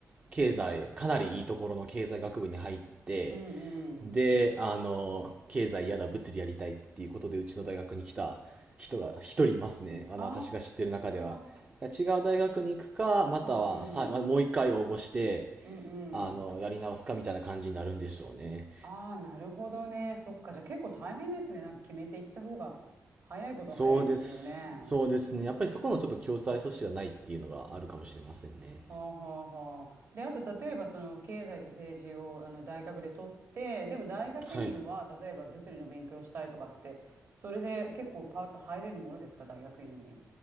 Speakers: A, on the right (about 25°); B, on the right (about 55°).
A: 経済、かなりいいところの経済学部に入って、
B: うん。
A: で、あの、経済やだ、物理やりたいっていうことで、うちの大学に来た人が一人いますね。あの、
B: あ
A: 私が知ってる中では。
B: あ、
A: だから違う大学に行くか、またはさ、
B: うんうん、
A: まもう一回応募して、
B: うんうん。
A: あの、やり直すかみたいな感じになるんでしょうね。
B: ああ、なるほどね。そっか。じゃあ結構大変ですね。なんか決めていった方が早いことは早いですよね。
A: そうです。そうですね。やっぱりそこのちょっと共済阻止がないっていうのがあるかもしれませんね。
B: はあはあはあ。で、あと、例えば、その、経済と政治を、あの、大学で取って、でも、大学院は、
A: はい。
B: 例えば、物理の勉強したいとかって、それで結構パッと入れるものですか、大学院に。